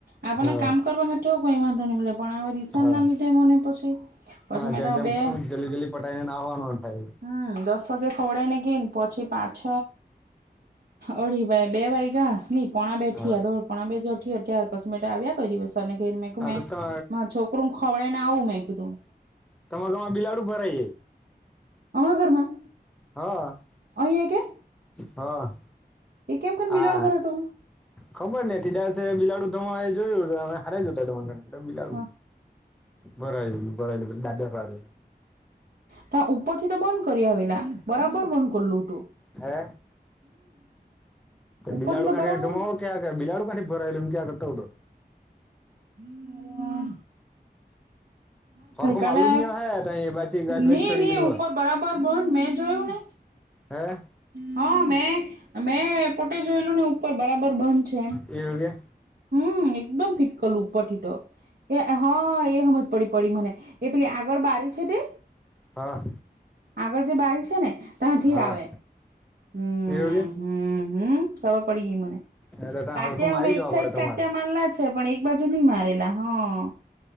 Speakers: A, on the right; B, in the centre.
A: આપણેને
B: હા
A: કામ કરવા હાથેું કહીવાંધો નને બ પણ રિસન
B: હા
A: ના લીધે મને પછી. પછી
B: હા
A: મેં
B: જેમ
A: તો
B: જેમ
A: બે
B: જલ્દી જલ્દી પટાઈીને ના હોવાનુંન થાય.
A: હમ દસ વાગે ખવડાયને ગીન પછી પાછ અઢી ભાઈ બે વાઈ ગા નહી પોણા બેઠીયા
B: હા
A: દો પોણા બે જોઠી ત્યાર પછી મ આવ્યા કોઈ દિવસ. ને કને મેં ક
B: હા
A: મેં,
B: તો ત
A: છોકરું ખવડ ને આવું મેં કીધું.
B: તમારે ઘમાં બિલાડુ ભરાય જાય.
A: અમા ઘરમાં.
B: હા.
A: અહીંયા કે?
B: હા.
A: એ કેમ કે
B: હા
A: બિલાડ ભઠો?
B: ખબર ને ટીડાસે બિલાડુ ધમાવા એ જોયું હતુંમે. જોતા બિલાલ,
A: હા
B: ભરાયેલું ભરાયેલું દાર.
A: ત ઉપર થી તો બંધ કરી આવેલા બરાબર બંધ કરલું તું.
B: હે?
A: ઉપરથી
B: બિલાાડુ
A: તો
B: કાઢી
A: બરાબર
B: તમ આ બલાડ ક એમ આઉ
A: બ <unintelligible>
B: ફરખ
A: કાલે
B: માલુ ન હે ત એ બાછ ગાડજ
A: ની
B: ચડી
A: ની
B: ગું હો.
A: ઉપર બરાબર બંધ મેં જોયું ને
B: હા.
A: હા મેં, મેં પોતે જોયેલું ને ઉપર બરાબર બંધ છે એમ.
B: એવુ કે?
A: હમ એકદમ ફિટકલું ઉપરથીટ, એ હા એ સ મ પડી પડી મને, એ પેલી આગળ બારી છે તે.
B: હા.
A: આગળ જે બારી છે ને, ત્યાંઠી
B: હા
A: આવે. હમ
B: એવું કે
A: હ હમ ખબર પડી ગઈ મને,
B: એટલે ત્યાં
A: કટ
B: હરખું મારી
A: એકસ
B: જવા પડે
A: ટ
B: તમારે
A: મારલા છે પણ એક બાજુ નહી મારેલા હા.